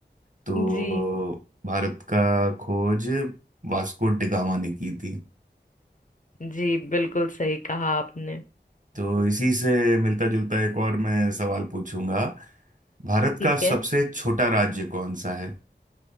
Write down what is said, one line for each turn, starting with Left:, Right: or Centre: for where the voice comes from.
Right: तो
Left: जी
Right: भारत का खोज वास्को डिगामा ने की थी
Left: जी बिल्कुल सही कहा आपने
Right: तो इसी से मिलता जुलता एक और मैं सवाल पूछूंगा भारत
Left: ठीक
Right: का
Left: है
Right: सबसे छोटा राज्य कौन सा है